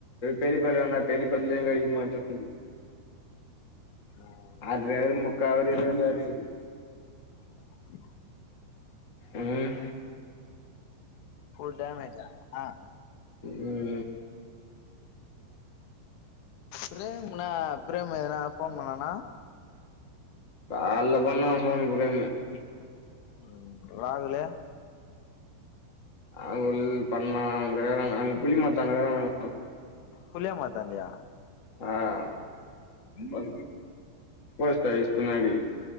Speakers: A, on the left (about 60°); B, on the left (about 90°).
A: பெரியப்பந்த பெ வெல்ல கடைக்க மாட்டது
B: ம்
A: அ அவரு முக்காவர் இ இருத இது
B: உம்
A: உம்
B: ஸ்கூல் டேமாயிருச்சா ஆ
A: உம்
B: பிரேம்னா பிரேம் ஏதனா ஃபோன் பண்ணானா
A: கால்ல போணா <unintelligible>
B: ம் ராகுலு
A: அங்குல் பண்ணா அங்க அங் புளி மாத்தானடகக்ரானுக
B: புளியா மார்த்தான்டைய
A: ஹ போஸ்டாபிஸ் பின்னாடி